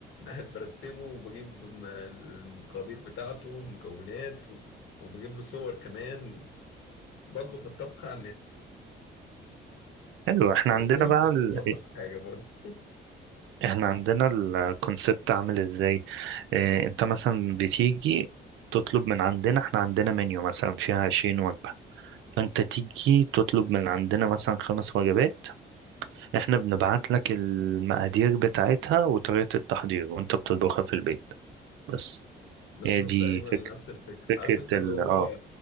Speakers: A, on the left (about 80°); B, on the right (about 80°).
A: قاعد برتبه وبجيب الم- المقادير بتاعته والمكونات و- وبجيب له صور كمان بطبخ الطبخة على النت
B: حلو
A: ما
B: احنا
A: اتعلمتش
B: عندنا بقى
A: في
B: ال...
A: المطبخ حاجة برضه <laughs>
B: احنا عندنا الكونسبت عامل ازاي اه انت مثلا بتيجي تطلب من عندنا احنا عندنا منيو مثلا فيها 20 وجبة فانت تيجي تطلب من عندنا مثلا خمس وجبات احنا بنبعت لك المقادير بتاعتها وطريقة التحضير وانت بتطبخها في البيت بس
A: بالظبط
B: هي دي
A: تقريبا
B: فك...
A: نفس الفكرة
B: فكرة
A: عارف انت
B: ال
A: اللي هو
B: اه